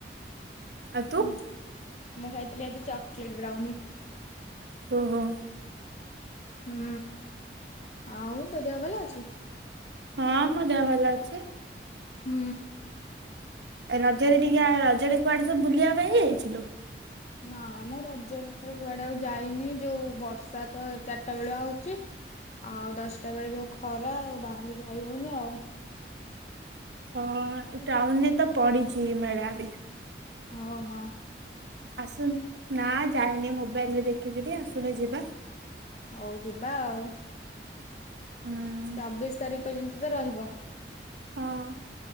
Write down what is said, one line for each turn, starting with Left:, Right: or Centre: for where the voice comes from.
Right: ଆଉ ତୁ
Left: ହୁଁ ମୁଁ ଖାଇଥିଲି ଏଜି ଚକୋଲେଟ ବ୍ରାଉନୀ।
Right: ଓହୋ।
Left: ହୁଁ ଆଉ ତୋ ଦେହ ଭଲ ଅଛି।
Right: ହଁ ମୋ ଦେହ ଭଲ ଅଛି।
Left: ହୁଁ।
Right: ରଜରେ ଟିକେ ରଜରେ କୁଆଡେ ସବୁ ବୁଲିବା ପାଇଁ ଯାଇଥିଲୁ।
Left: ନା ଆମ ରାଜ୍ୟରେ ଥର କୁଆଡେ ଆଉ ଯାଇନି ଯୋଉ ବର୍ଷା ତ ଚାରିଟା ବେଳ ଆଉ ଛି ଆଉ ଦଶଟା ବେଳେ ଯଉ ଖରା ଆଉ ବାହାରକୁ ଯାଇ ହେଉନି ଆଉ।
Right: ହଁ ଟାଉନରେ ତ ପଡିଛି ମେଳା ବି।
Left: ଓହ।
Right: ଆସୁନ ନା ଜାଇନି ମୋବାଇଲରେ ଦେଖିଥିଲି ଆସୁନ ଯିବା।
Left: ହଉ ଯିବା ଆଉ।
Right: ହୁଁ।
Left: ଚବିଶ ତାରିଖ ପର୍ଯ୍ୟନ୍ତ ତ ରହିବ।
Right: ହଁ।